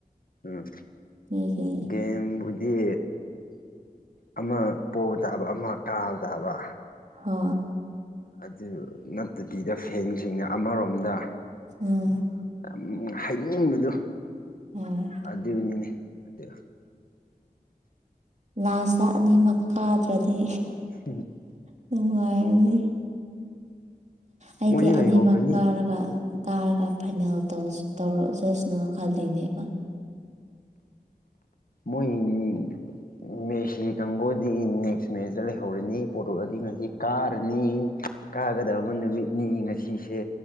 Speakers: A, on the left; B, on the right.
A: ꯎꯝ
B: ꯃꯤꯒꯤ
A: ꯒꯦꯝꯕꯨꯗꯤ ꯑꯃ ꯄꯣꯕ ꯇꯥꯕ ꯑꯃ ꯀꯥꯕ ꯇꯥꯕ
B: ꯍꯣ
A: ꯑꯗꯨ ꯅꯠꯇꯕꯤꯗ ꯐꯦꯟꯁꯤꯡꯅ ꯑꯃꯔꯣꯝꯗ
B: ꯎꯝ
A: ꯌꯥꯝ ꯍꯥꯏꯅꯤꯡꯕꯗꯨ
B: ꯍꯣꯏ
A: ꯑꯗꯨꯅꯤꯅꯦ ꯑꯗꯨ
B: ꯂꯥꯁꯇ ꯑꯅꯤꯃꯛ ꯀꯥꯗ꯭ꯔꯗꯤ
A: <unintelligible>
B: ꯅꯨꯡꯉꯥꯏꯔꯅꯤ ꯑꯩꯗꯤ
A: ꯃꯣꯏꯗꯤ ꯂꯩꯍꯧꯈ꯭ꯔꯅꯤ
B: ꯑꯅꯤꯃꯛ ꯀꯥꯔꯒ ꯀꯥꯔꯒ ꯐꯥꯏꯅꯦꯜ ꯇꯧꯁ ꯇꯧꯔꯖꯁꯅꯨ ꯈꯜꯂꯤꯅꯦꯕ
A: ꯃꯣꯏꯒꯤ ꯃꯦꯁꯤ ꯀꯥꯡꯕꯨꯗꯤ ꯅꯦꯛꯁ ꯃꯦꯁꯇ ꯂꯩꯍꯧꯔꯅꯤ ꯄꯣꯔꯇꯨꯒꯜꯗꯤ ꯉꯁꯤ ꯀꯥꯔꯅꯤ ꯀꯥꯒꯗꯕ ꯅꯨꯃꯤꯠꯅꯤ ꯉꯁꯤꯁꯦ